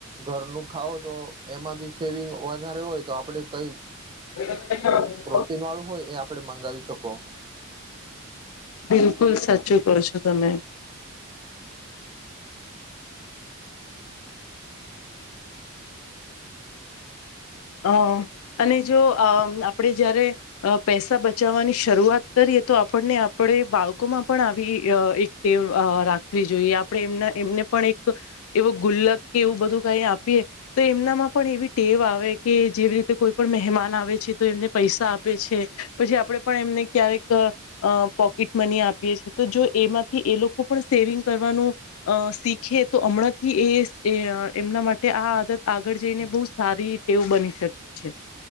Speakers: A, on the right; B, on the left.
A: ઘરનું ખાવ તો એમાં બી સેવિંગ વધારે હોય તો આપડે <unintelligible>
B: <inaudible>
A: પ્રોટીન વાળું હોય એ આપડે મંગાવી શકો
B: બિલકુલ સા ચું કહો છો તમે. અ અને જો અ આપણેે જયારે અ પૈસા બચાવવાની શરૂઆત કરીએ તો આપણને આપણે બાળકોમાં પણ આવી અ એક ટેવ રાખવી જોઈએ આપણે એમના એમ એક એવુ ગુલ્લક કે એવું બધું કઈ આપીએ તો એમનામાં પણ એવી ટેવ આવે કે જેવી રીતે કોઈ પણ મહેમાન આવે છે તો એમને પૈસા આપે છે પછી આપણેે પણ એમને ક્યારેક અ પોકેટ મની આપીએ છેતો જો એમાંથી એ લોકો પણ સેવિંગ કરવાનું અ શીખે તો અમણાંથી એ એમના માટે આ આદત આગળ જઈને બો સારી એવું બની શકે છે.